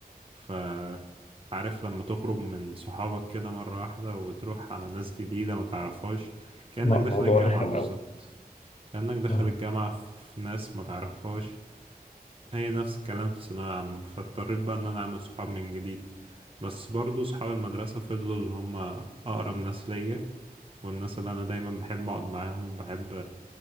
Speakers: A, on the right (about 35°); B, on the left (about 45°).
A: فعارف لما تخرج من صحابك كده مرة واحدة وتروح على ناس جديدة ما تعرفهاش كأنك
B: م-
A: داخل
B: موضوع
A: الجامعة
B: رخم
A: بالظبط
B: قوي
A: كأنك داخل
B: اه
A: الجامعة في ناس ما تعرفهاش هي نفس الكلام في ثانوية عامة فاضطريت بقى إن أنا أعمل صحاب من جديد بس برضو صحاب المدرسة فضلوا اللي هم أقرب ناس ليا والناس اللي أنا دايما بحب أقعد معاهم وبحب